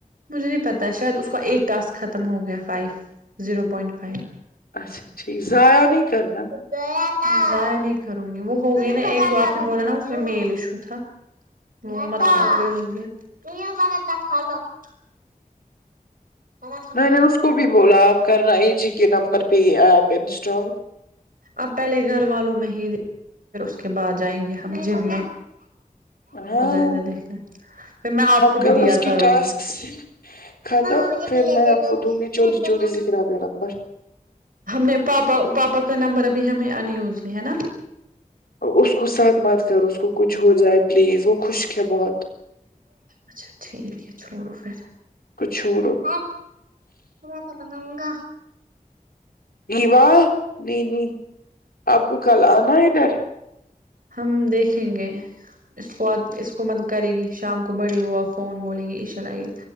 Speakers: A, on the right (about 70°); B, on the left (about 90°).
A: مجھے نہیں پتا شاید اس کا ایک ٹسک ختم ہو گیا فائیو زیرو پوائنٹ فائیو
B: اچھا اچھا ضائع نہیں کرنا
A: ضائع نہیں کروں گی وہ ہو گئی نا ایک دو آپ نے بولا نا اس میں میل ایشو تھا <unintelligible>
B: ہاں
A: پتا تھا میرا
B: میں نے اس کو بھی بولا آپ کر رہے ہی جی کے نمبر پہ یہ ایپ انسٹال
A: اب پہلے گھر والوں میں ہی دئینگے اس کے بعد جائیں گے ہم گھم میں
B: ہاں
A: ادھر ادھر دیکھنا پھر میں آپ کو
B: کرو
A: بھی دیا
B: اس
A: کروں
B: کی ٹاسکس
A: گی
B: ختم
A: مما مجھے
B: پھر
A: کھلونے
B: میں آپ
A: دو
B: کو دوں گی چوری
A: میں بند
B: چوری ذکر آپ کا نمبر
A: ہم نے پاپا پاپا کا نمبر ابھی ہمیں انصلےہے نہ
B: اس کو ساتھ مات کرو اس کو کچھ ہو جائے پلیز وہ خشک ہے بہت
A: اچھا ٹھیک ہے چھوڑو پھر
B: کچھ چھوڑو
A: ہوا ختم ہوں گیا
B: ای واہ نہیں نہیں آپ کو کل آنا ادھر
A: ہم دیکھیں گے اس کو اس کو مت کرے گی شام کو بڑی وہ فون بولیں گی ایشاء الائی